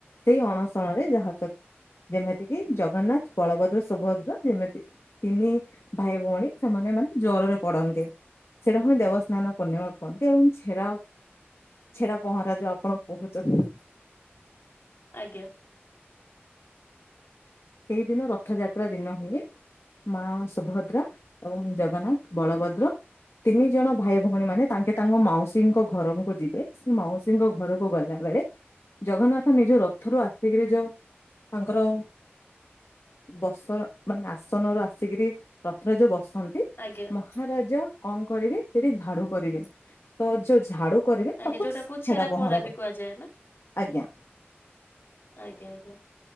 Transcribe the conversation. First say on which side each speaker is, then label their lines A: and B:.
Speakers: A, on the left (about 90°); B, on the left (about 65°).
A: ସେଇ ଅଣସଣରେ ଯାହା ତ ଯେମିତି କି ଜଗନ୍ନାଥ, ବଳଭଦ୍ର, ସୁଭଦ୍ରା ଯେମିତି ତିନି ଭାଇ ଭଉଣୀ ସେମାନେ। ମାନେ ଜରରେ ପଡନ୍ତି ସେଟାକୁ ହିଁ ଦେବସ୍ନାନ ପୂର୍ଣ୍ଣିମା କୁହନ୍ତି। ଏବଂ ଛେରା ଛେରା ପହଁରା ଯୋଉ ଆପଣ କହୁଛନ୍ତି।
B: ଆଜ୍ଞା।
A: ସେଇଦିନ ରଥଯାତ୍ରା ଦିନ ହୁଏ। ମା ସୁଭଦ୍ରା ଏବଂ ଜଗନ୍ନାଥ ବଳଭଦ୍ର ତିନି ଜଣ ଭାଇ ଭଉଣୀ ମାନେ ତାଙ୍କେ ତାଙ୍କ ମାଉସୀ ଙ୍କ ଘରକୁ ଯିବେ ସେ ମାଉସୀଙ୍କ ଘରକୁ ଗଲା ବେଳେ ଜଗନ୍ନାଥ ନିଜ ରଥରୁୁ ଆସିକିରି ଯୋଉ ତାଙ୍କର ବସ ମାନେ ଆସନରୁୁ ଆସିକିରି ରଥରେ ଯୋଉ ବସ ଅଛନ୍ତି
B: ଆଜ୍ଞା
A: ମହାରାଜା କଣ କରିବେ ସେଠି ଝାଡୁ କରିବେ ତ ଯୋଉ ଝାଡୁ କରିବେ
B: ଆଜ୍ଞା
A: ତାକୁ
B: ଯୋଉଟାକୁ
A: ଛଡା
B: ଛେରା
A: ପହଁରା
B: ବି
A: କର
B: କୁହାଯାଏ ନା?
A: ଆଜ୍ଞା
B: ଆଜ୍ଞା ଆଜ୍ଞା।